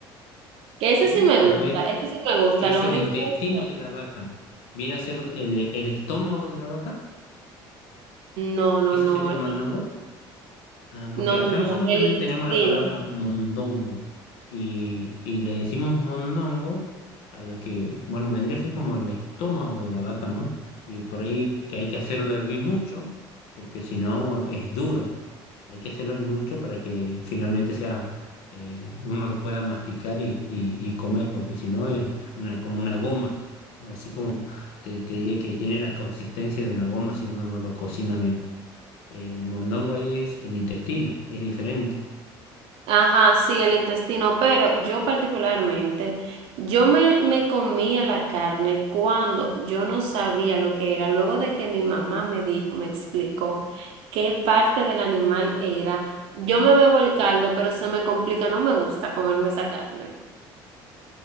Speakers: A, on the right (about 75°); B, on the left (about 85°).
A: Que ese
B: ¿Sabe?
A: sí me
B: A
A: gusta,
B: ver,
A: ese sí me gusta,
B: es
A: lo
B: el
A: único
B: intestino
A: es que...
B: de la vaca. Viene a ser el, el estómago de la vaca.
A: No, no,
B: Eso
A: no,
B: sería el
A: eh,
B: mondongo. Ah, porque
A: no, no,
B: acá
A: no,
B: nosotros
A: el
B: también
A: intestino.
B: tenemos la palabra mondongo. Y, y le decimos mondongo a lo que, bueno, vendría a ser como el estómago de la vaca, ¿no? Y por ahí que hay que hacerlo hervir mucho, porque si no es duro. Hay que hacerlo mucho para que finalmente sea, eh, uno lo pueda masticar y, y- y comer, porque si no es una, como una goma. Así como te, te diría que tiene la consistencia de una goma si uno no lo cocina bien. El mondongo ahí es el intestino, es diferente.
A: Ajá, sí, el intestino, pero yo particularmente, yo me, me comía la carne cuando yo no sabía lo que era, luego de que mi mamá me dijo, me explicó qué parte del animal era, yo me bebo el caldo, pero se me complica, no me gusta comerme esa carne.